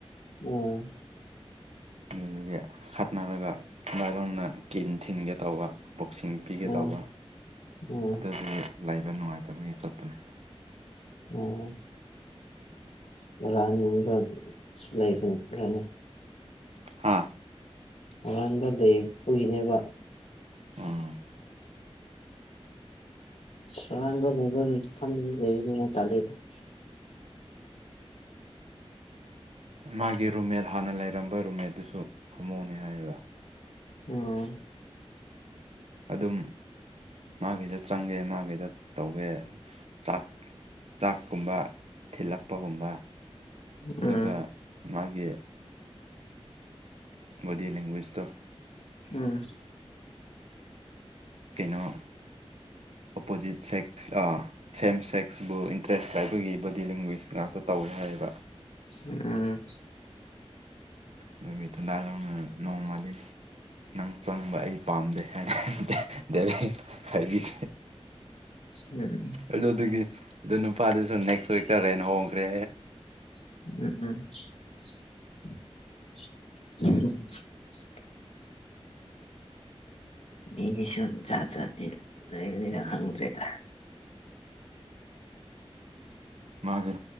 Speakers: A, on the left (about 80°); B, on the right (about 80°).
A: ꯎꯝ
B: ꯑꯗꯨꯗꯒꯤ ꯈꯠꯅꯔꯒ ꯏꯃꯥꯏꯔꯣꯅ ꯀ ꯊꯤꯟꯒꯦ ꯇꯧꯕ ꯕꯣꯛꯁꯤꯡ ꯄꯤꯒꯦ
A: ꯎꯝ
B: ꯇꯧꯕ
A: ꯎꯝ
B: ꯑꯗꯨꯗꯤ ꯂꯩꯕ ꯅꯨꯡꯉꯥꯏꯇꯕꯒꯤ ꯆꯠꯄꯅꯦ
A: ꯑꯣꯝ ꯔꯕꯁꯨ ꯂꯩꯕꯔꯅꯤ
B: ꯍꯥꯥ
A: ꯑꯍꯥꯟꯕ ꯂꯩ ꯄꯨꯒꯤꯅꯦꯕ
B: ꯎꯝ
A: ꯁꯨꯔꯗ ꯂꯩꯕ ꯐ ꯂꯩꯅ ꯇꯗꯦꯗ <unintelligible>
B: ꯃꯥꯒꯤ ꯔꯨꯝꯃꯦꯠ ꯍꯥꯟꯅ ꯂꯩꯔꯝꯕ ꯔꯨꯝꯃꯦꯠꯇꯨꯁꯨ ꯍꯥꯃꯣꯅꯤ ꯍꯥꯏꯌꯦꯕ
A: ꯑꯣ
B: ꯑꯗꯨꯝ ꯃꯥꯒꯤꯗ ꯆꯪꯒꯦ ꯃꯥꯒꯤꯗ ꯇꯧꯒꯦ ꯆꯥꯛ ꯆꯥꯛꯀꯨꯝꯕ ꯊꯤꯜꯂꯛꯄꯒꯨꯝꯕ ꯑꯗꯨꯒ
A: ꯎꯝ
B: ꯃꯥꯒꯤ ꯕꯣꯗꯤ ꯂꯦꯡꯒ꯭ꯋꯦꯁꯇꯣ
A: ꯎꯝ
B: ꯀꯩꯅꯣ ꯑꯣꯄꯣꯖꯤꯠ ꯁꯦꯛꯁ ꯑ ꯁꯦꯝ ꯁꯦꯛꯁꯕꯨ ꯗ꯭ꯔꯦꯁ ꯂꯥꯏꯕꯒꯤ ꯕꯣꯗꯤ ꯂꯦꯡꯒ꯭ꯋꯦꯁ ꯉꯥꯛꯇ ꯇꯧꯋꯦ ꯍꯥꯏꯌꯦꯕ
A: ꯎꯝ
B: ꯑꯗꯨꯒ ꯊꯗꯥꯥꯅ ꯅꯣꯡꯃꯗꯤ ꯅꯪ ꯆꯪꯕ ꯑꯩ ꯄꯥꯝꯗꯦ ꯍꯥꯏꯅ ꯈ ꯗꯦ ꯍꯥꯏꯕꯤꯦ
A: ꯎꯝ
B: ꯑꯗꯨꯒꯤ ꯑꯗꯨ ꯅꯨꯄꯥꯗꯨꯁꯨ ꯅꯦꯛꯁ ꯋꯤꯛꯇ ꯔꯦꯟ ꯍꯣꯡ ꯇꯦ
A: ꯎꯝ ꯎꯝ ꯎ ꯃꯤ ꯃꯤꯁ ꯥꯖꯥꯇꯤ ꯂꯥꯏꯕ꯭ꯔꯦꯔꯤ
B: ꯎꯝ
A: ꯑꯈꯪ ꯀ꯭ꯔꯦꯇꯥ
B: ꯃꯥꯒꯦ